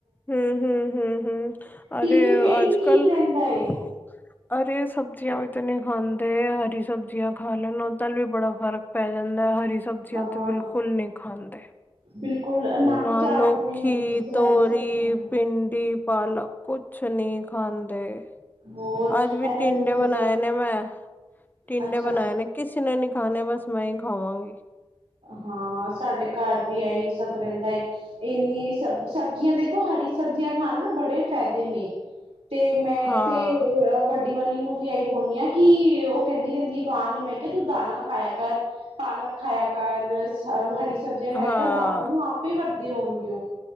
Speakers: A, on the left (about 20°); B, on the right (about 85°).
A: ਹੂੰ, ਹੂੰ, ਹੂੰ, ਹੂੰ
B: ਟੀ
A: ਅਰੇ
B: ਵੀ ਫੇਰ
A: ਅੱਜ
B: ਵੀ ਠੀਕ
A: ਕੱਲ੍ਹ
B: ਰਹਿੰਦਾ ਏ
A: ਅਰੇ ਸਬਜ਼ੀਆਂ ਵੀ ਤੇ ਨਹੀਂ ਖਾਂਦੇ, ਹਰੀ ਸਬਜ਼ੀਆਂ ਖਾ ਲੈਣ, ਉਹਦੇ ਨਾਲ ਵੀ ਬੜਾ ਫਰਕ ਪੈ ਜਾਂਦਾ ਹੈ। ਹਰੀ ਸਬਜ਼ੀਆਂ
B: ਹਾਂ
A: ਤੇ ਬਿਲਕੁਲ ਨਹੀਂ ਖਾਂਦੇ,
B: ਬਿਲਕੁਲ ਨੱਕ
A: ਨਾ
B: ਚਾੜਦੇ
A: ਲੋਕੀ
B: ਨੇ ਹਵੀ
A: ਤੋਂ
B: ਹਰੀ ਸਬਜ਼ੀਆਂ
A: ਕੀ
B: ਨੂੰ
A: ਭਿੰਡੀ ਵੀ ਪਾਲਕ ਕੁਛ ਨੀ ਖਾਂਦੇ।
B: ਹੋਰ
A: ਅੱਜ ਵੀ
B: ਇਹਨਾਂ
A: ਟਿੰਡੇ
B: ਨੂੰ ਵਜਾ
A: ਬਣਾਏ ਨੇ ਮੈਂ, ਟਿੰਡੇ
B: ਅੱਛਾ
A: ਬਣਾਏ ਨੇ ਕਿਸੇ ਨੇ ਨੀ ਖਾਣੇ, ਬਸ ਮੈਂ ਹੀ ਖਾ ਖਾਵਾਂਗੀ।
B: ਹਾਂ ਸਾਡੇ ਘਰ ਵੀ ਆਈ ਸਭ ਰਹਿੰਦਾ ਏ। ਇੰਨੀ ਸਬ ਸਬਜ਼ੀਆਂ ਦੇ ਦੇਖੋ ਹਰੀ ਸਬਜ਼ੀਆਂ ਖਾਣ ਨਾਲ਼ ਬੜੇ ਫ਼ਾਇਦੇ ਨੇ। ਤੇ ਮੈਂ
A: ਹਾਂ
B: ਤੇ ਓਹ ਆ ਵੱਡੀ ਵਾਲੀ ਨੂੰ ਵੀ ਆਹੀ ਬੋਲਦੀ ਆ ਕਿ ਉਹ ਕਹਿੰਦੀ ਰਹਿੰਦੀ ਵਾਲ ਨੀ, ਮੈਂ ਕਿਹਾ, ਤੂੰ ਦਾਲ ਨਾਲ ਖਾਇਆ ਕਰ। ਪਾਲਕ ਖਾਇਆ ਸਾਰੇ ਹਰੀ ਸ ਸਬਜ਼ੀਆਂ ਖਾ
A: ਹਾਂ
B: ਕਰ ਵਾਲ ਨੂੰ ਆਪੇ ਵੱਡ ਦੇ ਹੋਣਗੀਆਂ।